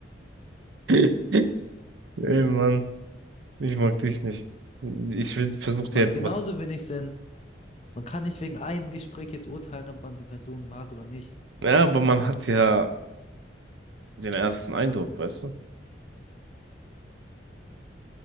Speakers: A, on the right; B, on the left.
A: <laughs> Ey, Mann, ich mag dich nicht. Ich versuche versuch dir
B: Macht
A: etwas.
B: genauso wenig Sinn. Man kann nicht wegen einem Gespräch jetzt urteilen, ob man die Person mag oder nicht.
A: Ja, aber man hat ja den ersten Eindruck, weißt du?